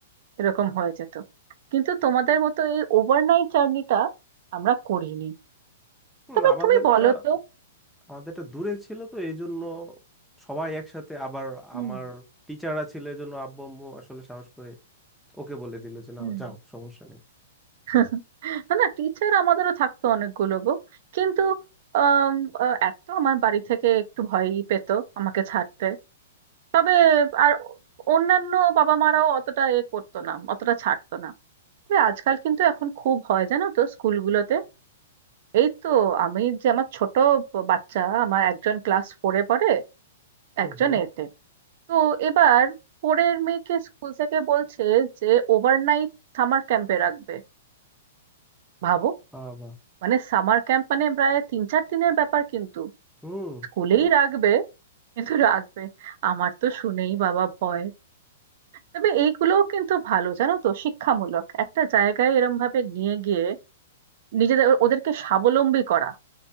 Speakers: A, on the right (about 55°); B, in the centre.
A: এরকম হয়ে যেত কিন্তু তোমাদের মতো এই ওভারনাইট জার্নিটা আমরা করিনি
B: হুম,
A: তবে
B: আমাদেরটা
A: তুমি বলো তো
B: আমাদেরটা দূরে ছিল তো এই জন্য সবাই একসাথে আবার
A: হুম
B: আমার টিচাররা ছিল এই জন্য আব্বু আম্মু আসলে সাহস করে ওকে বলে দিল যে না
A: হুম।
B: যাও সমস্যা নেই
A: <laughs> না না টিচার আমাদেরও থাকতো অনেকগুলো গো কিন্তু আম, আহ, এক তো আমার বাড়ি থেকে একটু ভয়ই পেত আমাকে ছাড়তে তবে আর অন্যান্য বাবা মারাও অতটা এ করতো না অতটা ছাড়তো না তবে আজকাল কিন্তু এখন খুব হয় জানো তো স্কুলগুলোতে এই তো আমি যে আমার ছোট বাচ্চা আমার একজন ক্লাস ফোরে পড়ে
B: হুম
A: একজন
B: হুম
A: এতে তো এবার ফোরের মেয়েকে স্কুল থেকে বলছে যে ওভারনাইট সামার ক্যাম্পে রাখবে ভাবো
B: বাবা
A: মানে সামার ক্যাম্প মানে প্রায় তিন চার দিনের ব্যাপার কিন্তু
B: হুম
A: স্কুলেই রাখবে কিন্তু রাখবে আমার তো শুনেই বাবা ভয় তবে এইগুলোও কিন্তু ভালো জানো তো শিক্ষামূলক একটা জায়গায় এরম ভাবে নিয়ে গিয়ে নিজেদের ও- ওদেরকে স্বাবলম্বী করা